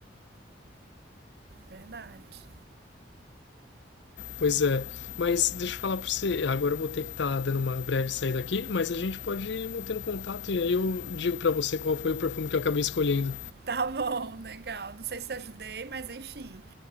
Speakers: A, on the right; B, on the left.
A: Verdade.
B: Pois é. Mas deixa eu falar pra você, agora eu vou ter que estar dando uma breve saída aqui, mas a gente pode ir mantendo contato e aí eu digo para você qual foi o perfume que eu acabei escolhendo.
A: Tá bom, legal. Não sei se ajudei, mas enfim.